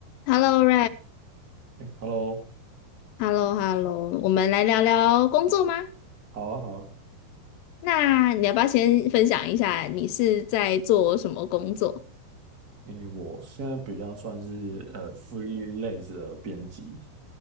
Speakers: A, on the left (about 80°); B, on the right (about 25°).
A: Hello Rex，Hello
B: 哎，Hello，
A: Hello，我们来聊聊工作吗？
B: 好啊，好啊。
A: 那你要不要先分享一下你是在做什么工作？
B: 哎，我现在比较算是呃 freelance 的编辑，